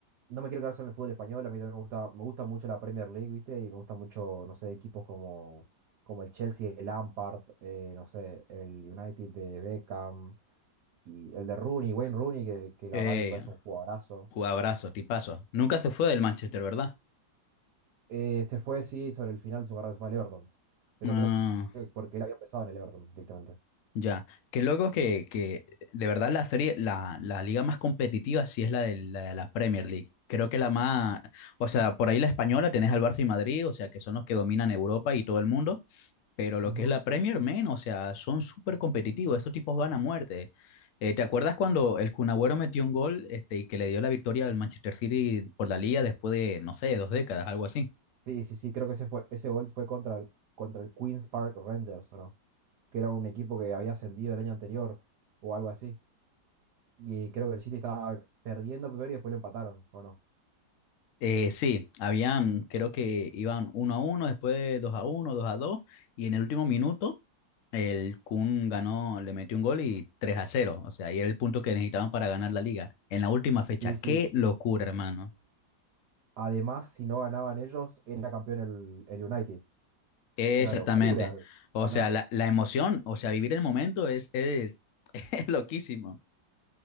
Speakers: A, on the right; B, on the left.
A: no me quiero quedar solo en el fútbol español, a mí también me gusta, me gusta mucho la Premier League, ¿viste? Y me gusta mucho, no sé, equipos como, como el Chelsea, el Lampard, eh, no sé, el United de Beckham, y el de Rooney, Wayne Rooney, que, que la
B: eh,
A: verdad me parece un jugadorazo.
B: jugabrazo, tipazo. Nunca se fue del Manchester, ¿verdad?
A: Eh, se fue, sí, sobre el final de su carrera se fue al Everton, pero
B: Ah,
A: creo que porque él había empezado en el Everton directamente.
B: ya. Qué loco que, que de verdad la serie, la, la liga más competitiva sí es la de la, de la Premier League. Creo que la más, o sea, por ahí la española tenés al Barça y Madrid, o sea, que son los que dominan Europa y todo el mundo. Pero lo
A: Ujú.
B: que es la Premier, men, o sea, son súper competitivos. Esos tipos van a muerte. Eh, ¿te acuerdas cuando el Kun Agüero metió un gol este, y que le dio la victoria al Manchester City por la liga después de, no sé, dos décadas, algo así?
A: Sí, sí, sí, creo que ese fue, ese gol fue contra el, contra el Queens Park Rangers, ¿o ¿no? Que era un equipo que había ascendido el año anterior o algo así. Y creo que el City estaba perdiendo primero y después lo empataron, ¿o no?
B: Eh, sí, habían, creo que iban uno a uno, después de dos a uno, dos a dos, y en el último minuto el Kun ganó, le metió un gol y 3 a cero O sea, y era el punto que necesitaban para ganar la liga en la última fecha.
A: Sí,
B: ¡Qué
A: sí.
B: locura, hermano!
A: Además, si no ganaban ellos, era campeón el, el United.
B: Exactamente.
A: Era locura
B: O
A: ganar.
B: sea, la, la emoción, o sea, vivir el momento es, es, <laughs> es loquísimo.